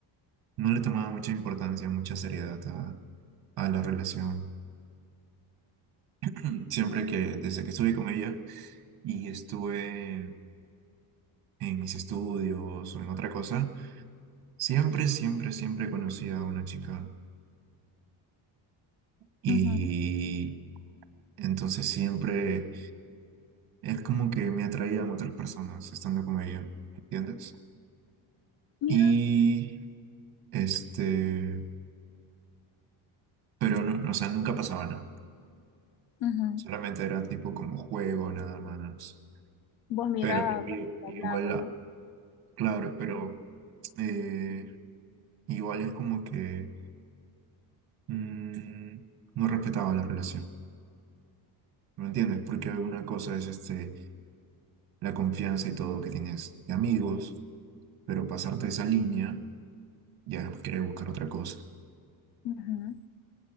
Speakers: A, on the right; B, on the left.
A: no le tomaba mucha importancia, mucha seriedad a, a la relación. <clears throat> Siempre que, desde que estuve con ella y estuve en mis estudios o en otra cosa, siempre, siempre, siempre conocí a una chica. Y
B: ujú.
A: entonces siempre es como que me atraían otras personas estando con ella, ¿entiendes?
B: Mira.
A: Y este, pero no, o sea, nunca pasaba nada.
B: ujú.
A: Solamente era tipo como juego, nada más.
B: Vos mirabas,
A: Pero i-
B: hablabas,
A: igual, ah,
B: ¿no?
A: claro, pero eh, igual es como que mm, no respetaba la relación, ¿me entiendes? Porque una cosa es este, la confianza y todo que tienes de amigos, pero pasarte esa línea ya es querer buscar otra cosa.
B: Ujú.